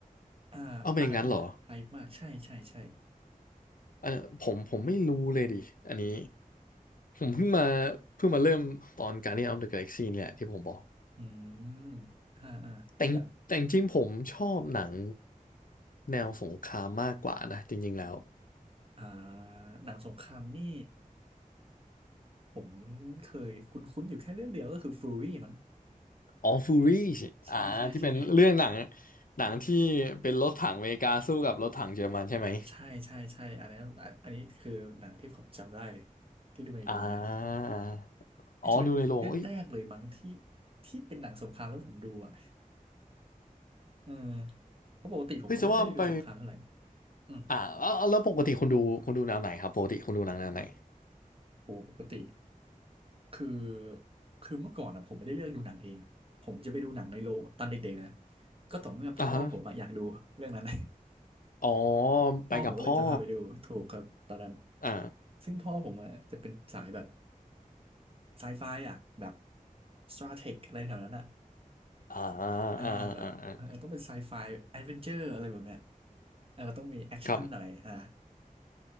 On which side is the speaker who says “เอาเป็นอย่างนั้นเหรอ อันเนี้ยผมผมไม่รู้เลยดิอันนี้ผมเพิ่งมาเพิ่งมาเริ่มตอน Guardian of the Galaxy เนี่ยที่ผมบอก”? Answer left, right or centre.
Left